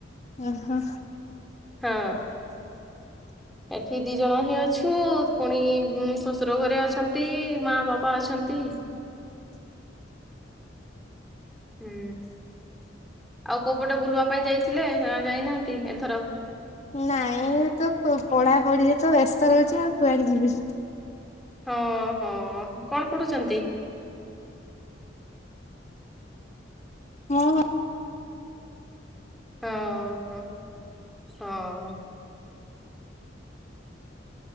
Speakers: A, on the left; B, in the centre.
A: ଓ ହୋ।
B: ହଁ ଏଠି ଦି ଜଣ ହିଁ ଅଛୁ ପୁଣି ଶଶୁର ଘରେ ଅଛନ୍ତି ମା ବାପା। ଛନ୍ତି। ହୁଁ ଆଉ କୋଉପଟେ ବୁଲିବା ପାଇଁ ଯାଇଥିଲେ? ଯାଇନାହାନ୍ତି ଏଥର?
A: ନାଇଁ ତ ପଢାପଢିରେ - ତ ବ୍ୟସ୍ତ ରହୁଛି ଆଉ କୁଆଡେ ଯିବି?
B: ହଁ ହଁ କଣ ପଢୁଛନ୍ତି?
A: ମୁଁ
B: ହଁ ହ ହଁ।